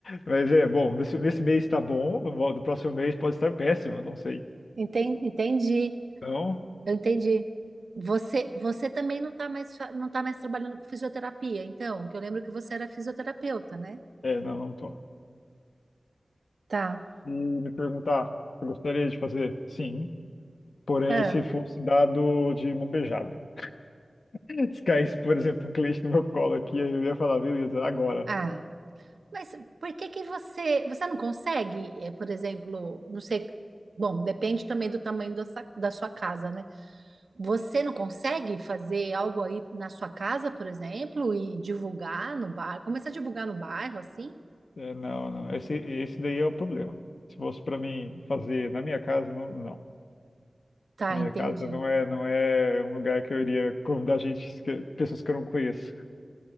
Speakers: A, on the left; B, on the right.
A: Mas é, bom, nesse, nesse mês tá bom, no, vo- no próximo mês pode estar péssimo, não sei.
B: enten- entendi,
A: Então,
B: eu entendi. Você, você também não tá mais, fa- não tá mais trabalhando com fisioterapia, então, que eu lembro que você era fisioterapeuta, né?
A: é, não, não tô.
B: Tá.
A: E me perguntar, eu gostaria de fazer? Sim. Porém,
B: É.
A: se fosse dado de mão beijada. <laughs> Se caísse, por exemplo, um cliente no meu colo aqui, eu ia falar, beleza, agora.
B: Ah, mas por que que você, você não consegue, é, por exemplo, não sei, bom, depende também do tamanho da sa- da sua casa, né? Você não consegue fazer algo aí na sua casa, por exemplo, e divulgar no bairro? Começar a divulgar no bairro, assim?
A: É, não, não. Esse, esse daí é o problema. Se fosse para mim fazer na minha casa, não, não.
B: Tá,
A: Minha
B: entendi.
A: casa não é, não é um lugar que eu iria convidar gente, que- pessoas que eu não conheço.